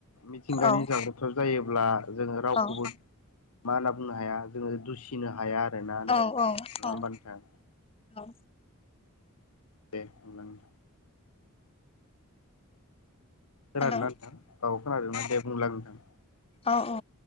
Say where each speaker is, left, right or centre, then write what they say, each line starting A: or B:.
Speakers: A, on the left; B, on the left.
A: मिथिंगानि
B: औ
A: जाब्रबथाइ जायोब्ला जोङो रावखौबो।
B: औ
A: मा होनना बुंनो हाया जोङो दुसिनो हाया आरोना
B: औ
A: नङा
B: औ
A: होनबा
B: औ
A: नोंथां।
B: औ।
A: दे बुं। खोनादोंना
B: हेल'
A: नोंथां औ खोनादोंना दे बुंलाय नोंथां।
B: औ-औ।